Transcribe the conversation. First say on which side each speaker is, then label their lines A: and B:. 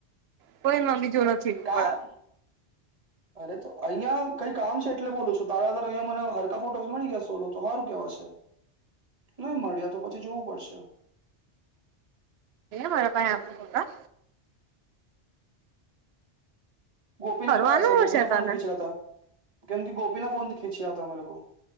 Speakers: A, on the right (about 70°); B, on the right (about 35°).
A: કોઈ એમાં બીજું નથી
B: કા
A: મળ
B: અરે તો અહિયાં કઈ કામ છે એટલે બોલો છું તારા તર અહંયા મને હરકા ફોટોસ મળી ગયા સોલો તો સારું કેવા નહી મળ્યા તો પછી જોવું પડશે
A: મારા પાસે આપ પા
B: ગોપીના
A: ફરવાનું
B: પાયા હ ગોપીના
A: હશે તને
B: ફોનથી ખીંચ્યા હતા કેમ કે ગોપીના ફોનથી ખીંચ્યા હતા અમે લોકો